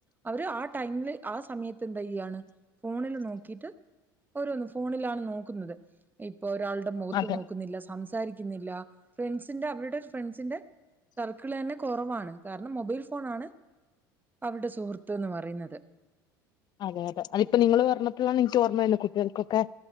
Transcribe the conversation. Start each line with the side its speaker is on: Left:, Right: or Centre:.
Right: അവര് ആ ടൈമില് ആ സമയത്ത് എന്ത യ്യാണ് ഫോണിൽ നോക്കിട്ട് ഓരോന്ന് ഫോണിലാണ് നോക്കുന്നത് ഇപ്പൊ ഒരാളുടെ മൊ <unintelligible>
Left: അതെ
Right: നോക്കുന്നില്ല സംസ് സംസാരിക്കുന്നില്ല ഫ്രണ്ട്സിന്റെ അവരുടെ ഫ്രണ്ട്സിന്റെ സർക്കിള് തന്നെ കുറവാണ് കാരണം മൊബൈൽ ഫോൺ ആണ് അവരുടെ സുഹൃത്ത്ന്ന് പറയുന്നത്.
Left: അതെ അതെ അതിപ്പോ നിങ്ങൾ പറഞ്ഞപ്പഴാണ് എനിക്ക് ഓർമ്മവരണേ കുട്ടികൾക്കൊക്കെ